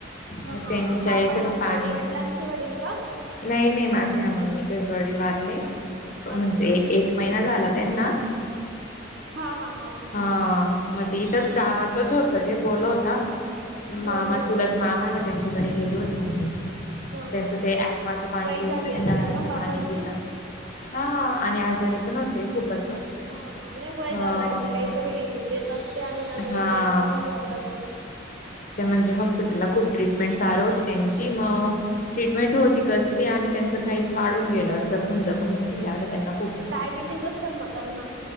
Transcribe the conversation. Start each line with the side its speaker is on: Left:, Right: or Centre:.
Right: हा
Left: मग
Right: हा
Left: त्यांच्या
Right: बाबा
Left: इथं
Right: म्हणजे
Left: ते पाणी
Right: वडिलांचे वडील का?
Left: नाही नाही माझ्या मम्मीचेच वडील वारले म्हणजे
Right: अच्छा
Left: एक महिना झाला त्यांना,
Right: हा हा हा
Left: हा मग ते इथंच गावातच होतं ते बोलवता
Right: हम्म
Left: मामा
Right: हम्म
Left: चुलत मामा हाय मग त्यांच्याकडे गेली होती ममी.
Right: हा हा
Left: त्यांचं ते ऐकवाचं पाणी
Right: वय
Left: पित
Right: झाली
Left: नाही
Right: असेल
Left: नळाचं
Right: ना
Left: पाणी
Right: बाबांची
Left: पीता. हा आणि आजारी पण होते खूपच ओ.
Right: ह हा नाही वय
Left: हा
Right: झालं म्हणजे काहीतरी येतच ते आणि आजारी
Left: हा
Right: पडता आणि चालले जाता.
Left: ते म्हणजे हॉस्पिटलला खूप ट्रीटमेंट चालू होती त्यांची मग ट्रीटमेंट
Right: हम्म
Left: होती
Right: हम्म
Left: कसली आणि त्यांचं काहीच वाढून गेलं जखम जखम होऊन गेल्या होत्या त्यांना खूपच
Right: डायबेटीज असेल मग त्यांना.